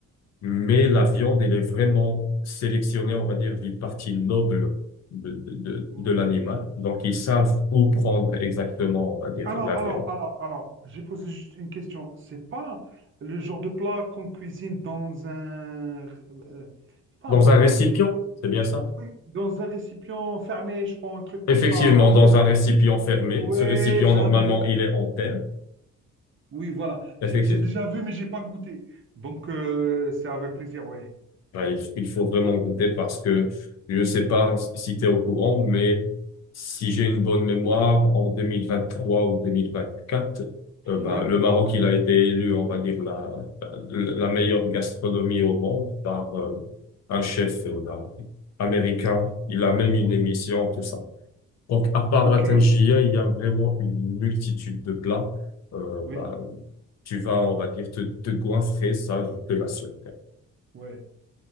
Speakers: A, on the left; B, on the right.
A: mais la viande, elle est vraiment sélectionnée, on va dire, des parties nobles de, de, de,
B: Ok.
A: de l'animal. Donc, ils savent où prendre exactement, on va dire,
B: Alors,
A: la viande.
B: alors, alors, alors, j'ai posé juste une question. C'est pas le genre de plat qu'on cuisine dans un... euh, c'est pas
A: Dans
B: un bol.
A: un récipient,
B: Non.
A: c'est bien ça?
B: Oui, dans un récipient fermé, je crois, un truc comme
A: Effectivement,
B: ça, d'argile.
A: dans un récipient fermé.
B: Ouais,
A: Ce récipient,
B: j'en
A: normalement,
B: ai dé-
A: il est en terre.
B: Oui, voilà.
A: Effectivement.
B: J'ai j'ai déjà vu, mais j'ai pas goûté. Donc, euh, c'est avec plaisir, ouais.
A: Ouais, il il faut vraiment goûter parce que je ne sais pas
B: Ouais.
A: si tu es au courant, mais si j'ai une bonne mémoire, en 2023 ou 2024, euh, bah,
B: Oui.
A: le Maroc, il a été élu, on va dire, la, la la meilleure gastronomie au monde par euh, un chef euh, bah, américain. Il a même
B: Oui.
A: une émission, tout ça. Donc, à part
B: Ok.
A: la tangia, il y a vraiment une multitude de plats. Euh,
B: Oui.
A: bah, tu vas, on va dire, te, te goinfrer, ça, je te l'assure.
B: Ouais.